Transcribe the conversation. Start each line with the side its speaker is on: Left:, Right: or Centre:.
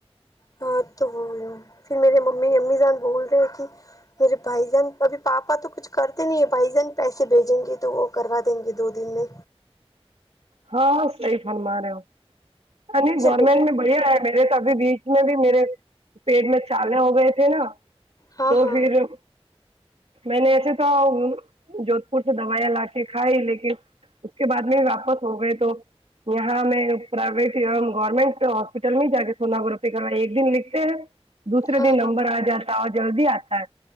Left: ہاں تو وہول پھر میرے ممی امی سان بول رہے کہ میرے بھائی جان ابھی پاپا تو کچھ کرتے نہیں ہے بھائی جن پیسے بھیجیں گے تو وہ کروا دیں گے دو دن میں
Right: ہاں صحی فرما رہے ہو نہیں
Left: چلیے
Right: گورنمنٹ میں بڑھیا ہے میرے تو ابھی بیچ میں بھی میرے پیٹ میں چالے ہو گئے تھے نا
Left: ہاں
Right: تو
Left: ہاں
Right: پھر میں نے ایسے تو جودھ پور سے دوائیاں لا کے کھائی لیکن اس کے بعد میں واپس ہو گئے تو یہاں ہمیں پرائیویٹ گورنمنٹ ہاسپٹل میں ہی جا کے سوونوگررافی کرو ایک دن لکھتے ہیں دوسے
Left: ہاں
Right: دن
Left: ہاں
Right: نمبر آ جاتا اور جلدی آتا ہے